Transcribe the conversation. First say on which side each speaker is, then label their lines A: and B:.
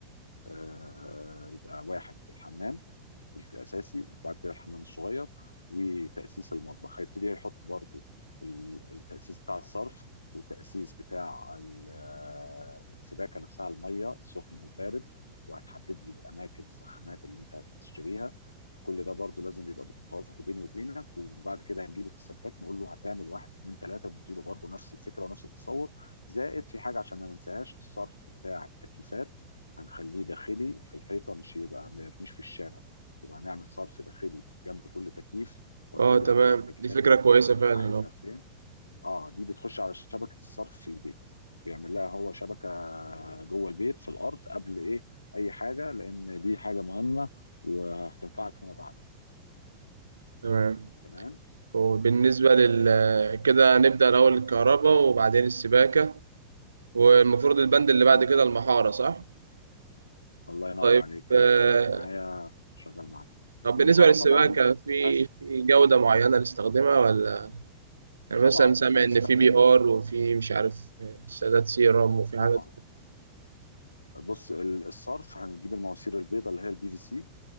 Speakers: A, on the left; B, on the right.
A: آه، يبقى واحد الحمام الاساسي وبعد كده الحمام الصغير وتاسيس المطبخ هيبتدي يحط برضو ال- التاسيس بتاع الصرف والتاسيس بتاع ال- آه، السباكه نفسها الميه السخن والبارد وهتحدد لي اماكن السخانات اللي انت هتشتريها كل ده برضه لازم يبقى بالتوافق بيني وبينك وبعد كده هنجيب السباك نقول له هتعمل واحد اتنين تلاته ونديله برضه نفس الفكره ونفس التصور زائد في حاجه عشان ما ننساهاش الصرف بتاع التكييفات هنخليه داخلي في الحيطه مش يبقى ما يرميش في الشارع يبقى هنعمل صرف داخلي جنب كل تكييف وهتقول
B: اه تمام
A: لي اماكن التكييفات
B: دي فكره
A: اللي
B: كويسه
A: انت عاي-
B: فعلا
A: عايزها
B: اه
A: فين اه دي بتخش على شبكه الصرف في البيت بيعمل لها هو شبكه جوه البيت في الارض قبل ايه اي حاجه لان دي حاجه مهمه وهتنفعك فيما بعد
B: تمام
A: تمام
B: وبالنسبه لل كده نبدا الاول الكهرباء وبعدين السباكه والمفروض البند اللي
A: تمام
B: بعد كده المحاره صح
A: الله ينور
B: طيب
A: عليك كده
B: آه،
A: انت بقيت معايا شغال معايا
B: طب
A: المحاره
B: بالنسبة للسباكة
A: طبعا
B: في
A: ما فيهاش
B: في جودة معينة نستخدمها ولا يعني مثلا
A: طبعا
B: سامع
A: احنا هنستخدم
B: إن في بي آر وفي مش عارف سادات سيرم وفي حاجات
A: طبعا بص ال- الصرف هنجيب المواسير البيضاء اللي هي البي في سي